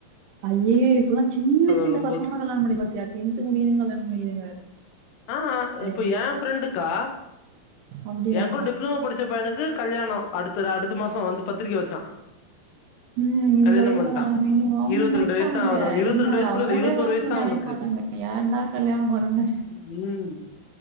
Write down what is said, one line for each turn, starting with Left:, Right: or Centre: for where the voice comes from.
Right: ஐயயோ இப்பல்லா சின்
Left: வரும்போது
Right: சின்ன பசங்களா கல்யாணோ பண்ணி பாத்தியா டென்த்து முடியிதுங் கல்யாணோ பண்ணிக்குதுங்க
Left: ஆ
Right: இல்லயா
Left: இப்ப ஏ ஃப்ரெண்டுக்கா
Right: அப்டியா?
Left: எ கூட டிப்ளமோ படிச் ச பையனுக்கு கல்யாணோ அடுத்த அடுத்த மாசோ வந்து பத்திரிக வச்சா
Right: ம் இந்த
Left: கல்யாணம்
Right: வயசுல
Left: பண்ட்டா
Right: கல்யாணோ பண்ணி அவங்க
Left: இருவத்தி
Right: நெனைப்பானுங்க
Left: ரெண்டு வயசு தா ஆவுது இருவத்தி
Right: என்னா
Left: ரெண்டு வயசு கூட இல்ல
Right: மூனே
Left: இருவத்தோரு
Right: மாசத்துல
Left: வயசு தா
Right: நெனைப்பானுங்க
Left: அவனுக்கு
Right: ஏன்டா கல்யாணோ பண்ணோனு
Left: ம்